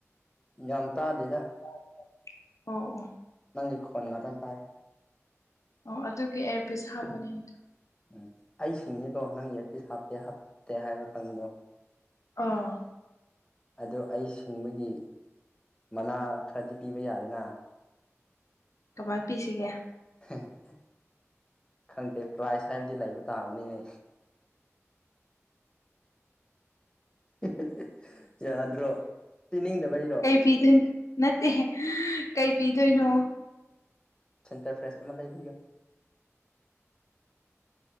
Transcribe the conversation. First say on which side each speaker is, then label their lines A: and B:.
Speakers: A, on the left; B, on the left.
A: ꯌꯥꯝ ꯇꯥꯗꯦꯗ
B: ꯇꯥꯗꯦꯗ ꯑꯣ ꯑꯣ
A: ꯅꯪꯒꯤ ꯈꯣꯟ ꯉꯥꯛꯇꯪ ꯇꯥꯏ
B: ꯑꯣ ꯑꯗꯨꯒꯤ ꯑꯦꯌꯥꯔꯄꯤꯁ ꯍꯥꯞꯄꯅꯦ ꯑꯩꯗꯣ
A: ꯎꯝ ꯑꯩ ꯁꯤꯡꯉꯦꯀꯣ ꯅꯪ ꯏꯌꯥꯔꯄꯤꯁ ꯍꯥꯞꯇꯦ ꯍꯥꯞꯇꯦ ꯍꯥꯏꯕ ꯈꯪꯕꯗꯣ
B: ꯑꯥ
A: ꯑꯗꯣ ꯑꯩ ꯁꯤꯡꯕꯒꯤ ꯃꯅꯥ ꯈꯔꯗꯤ ꯄꯤꯕ ꯌꯥꯔꯦꯅ
B: ꯀꯃꯥꯏ ꯄꯤꯁꯤꯒꯦ
A: ꯍꯦꯍꯦ ꯈꯪꯗꯦ ꯄ꯭ꯔꯥꯏꯖ ꯍꯥꯏꯕꯗꯤ ꯂꯩꯕ ꯇꯥꯕꯅꯤꯅꯦ ꯍꯦ ꯍꯦ ꯍꯦ ꯌꯥꯗ꯭ꯔꯣ ꯄꯤꯅꯤꯡꯗꯕꯩꯔꯣ
B: ꯄꯤꯗꯣꯏ ꯅꯠꯇꯦꯍꯦ ꯀꯩ ꯄꯤꯗꯣꯏꯅꯣ
A: ꯁꯦꯟꯇꯔ ꯐ꯭ꯔꯦꯁ ꯑꯃ ꯂꯩꯕꯤꯌꯣ